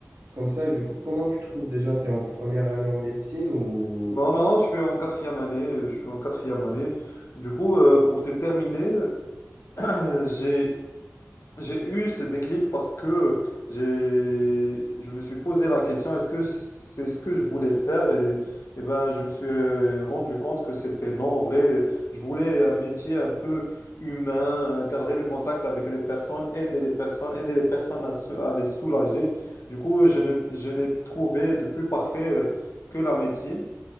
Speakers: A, on the right (about 75°); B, on the left (about 65°).
A: comme ça. Et du coup, comment tu trouves déjà? Tu es en première année en médecine ou
B: Non, non, je suis en quatrième année. Je suis en quatrième année. Du coup, euh, pour te terminer, <clears throat> j'ai J'ai eu ce déclic parce que j'ai, je me suis posé la question, est-ce que c'est ce que je voulais faire? Et, et ben, je me suis euh, rendu compte que c'était non. En vrai, euh, je voulais un métier un peu humain, euh, garder le contact avec les personnes, aider les personnes, aider les personnes à, sou- à les soulager. Du coup, je ne, je n'ai trouvé de plus parfait euh, que la médecine.